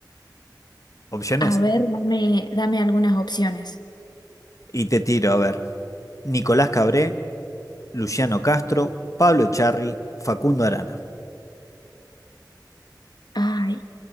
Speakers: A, on the left; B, on the left.
A: Opciones.
B: a ver, dame, dame algunas opciones.
A: Y te tiro, a ver. Nicolás Cabré, Luciano Castro, Pablo Charri, Facundo Arana.
B: Ay,